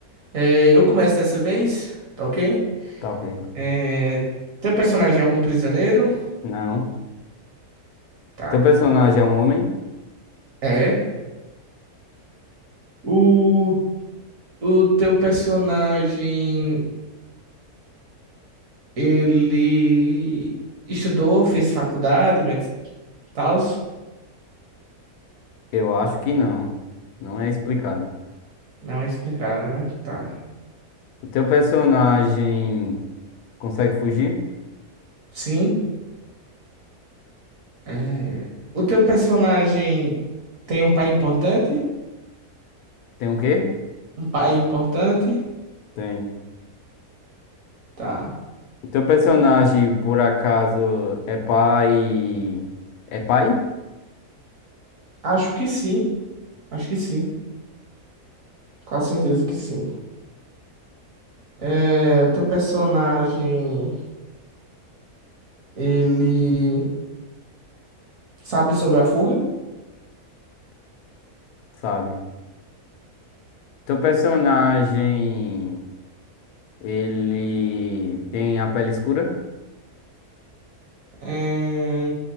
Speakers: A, on the right; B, on the left.
A: É, eu começo dessa vez, tá ok?
B: tá ok.
A: É, teu personagem é algum prisioneiro?
B: Não.
A: Tá.
B: Teu personagem é um homem?
A: É. O, o teu personagem. Ele estudou, fez faculdade, mas tal.
B: Eu acho que não. Não é explicado.
A: Não explicaram, né? Tá.
B: O teu personagem consegue fugir?
A: Sim. É, O teu personagem tem um pai importante?
B: Tem o quê?
A: Um pai importante?
B: Tem.
A: Tá.
B: O teu personagem, por acaso, é pai. É pai?
A: Acho que sim. Acho que sim. Com certeza que sim. É, O teu personagem, ele sabe sobre a fuga?
B: Sabe? Teu personagem. Ele tem a pele escura?
A: É,